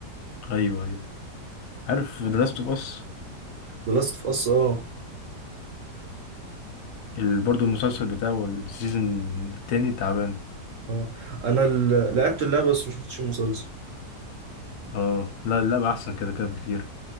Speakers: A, on the left; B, on the right.
A: أيوه أيوه عارف ذا لاست أوف أس
B: ذا لاست اوف اس اه
A: برضه المسلسل بتاعه السيزون التاني تعبان
B: اه انا ال- لعبت اللعبه بس ما شفتش المسلسل
A: اه لا اللعبة أحسن كده كده بكتير